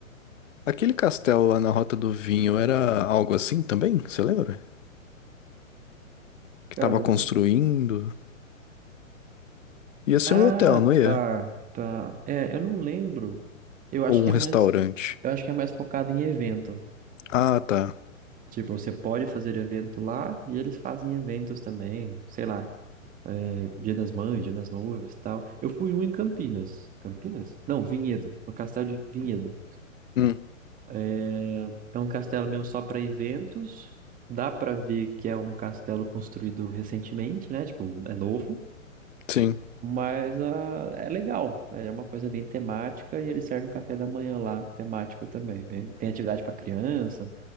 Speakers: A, on the left; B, on the right.
A: aquele castelo lá na Rota do Vinho era algo assim também? Você lembra?
B: Cara,
A: Que tava
B: eu
A: construindo.
B: não...
A: Ia ser
B: Ah,
A: um hotel, não ia?
B: tá, tá. É, eu não lembro. Eu acho
A: Ou
B: que
A: um
B: é
A: restaurante?
B: mais... Eu acho que é mais focado em evento,
A: Ah, tá.
B: Tipo, você pode fazer evento lá e eles fazem eventos também, sei lá, é, Dia das Mães, Dia das Noivas e tal. Eu fui um em Campinas. Campinas? Não, Vinhedo, no castelo de Vinhedo.
A: Hum,
B: É, é um castelo mesmo só para eventos. Dá para ver que é um castelo construído recentemente, né? Tipo, é novo,
A: sim.
B: mas ah, é legal. É uma coisa bem temática e eles servem um café da manhã lá, temático também. Bem, tem atividade para criança,